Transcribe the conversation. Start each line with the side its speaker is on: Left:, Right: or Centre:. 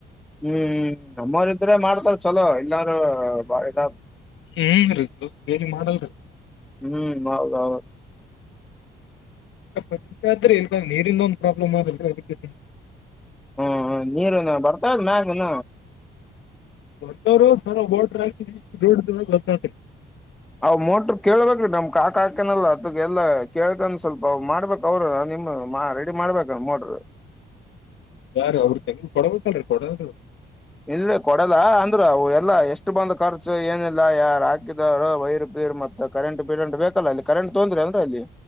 Centre: ಹ್ಮ್ ಹ್ಮ್ ನಮ್ಮರ್ ಇದ್ರೆ ಮಾಡ್ತಾರ ಚಲೋ ಎಲ್ಲಾರ ಬಾಳೆಗ
Left: ಹಏರದು ಬೇನ್ ಮಾಡಲ್
Centre: ಹ್ಮ್ ಹೌದ್ದು
Left: ಪ ಆದ್ರೆ ಇ ನೀರಿಂದ ಒಂದಂದು ಪ್ರಾಬ್ಲಮ್ ಆಗ ಅದಕ್ಕೆ
Centre: ಹ್ಮ್ ನೀರುನ ಬರ್ತದ್ ಮ್ಯಾಗ ನ
Left: ಒಟ್ಟವರು ಸರ ಹಾಕಿ ದೊಡ್ ದ ಗೊತ್ತಾ
Centre: ಅವ್ ಮೋಟ್ರ ಕೇಳ್ಬೇಕ್ರೀ ನಮ್ ಕಾಕಾಕನಲ್ಲ ಅದ ಎಲ್ಲಾ ಕೇಳಗನ್ ಸ್ವಲ್ಪ ಅವ್ ಮಾಡ್ಬೇಕು ಅವ್ರ ನಿಮ ಮಾ ರೆಡಿ ಮಾಡ್ಬೇಕ ನೋಡ್ರರು
Left: ಯಾರ ಅವ್ರರು ತಂಗ್ ಕೊಡಬೇಕಲ್ರೀ ಕೊಡರು
Centre: ಇಲ್ಲ ಕೊಡಲ್ಲ ಅಂದ್ರ ಎಲ್ಲಾ ಎಷ್ಟು ಬಂದ್ ಖರ್ಚು ಏನಿಲ್ಲ ಯಾರ ಹಾಕಿದಾರ ವೈರ್ ಪೀರ್ ಮತ್ ಕರೆಂಟ್ ಬಿಡಂಟ್ ಬೇಕಲ್ಲ ಇಲ್ಲಿ ಕರೆಂಟ್ ತೊಂದ್ರೆ ಅಂದ್ರೆ ಇಲ್ಲಿ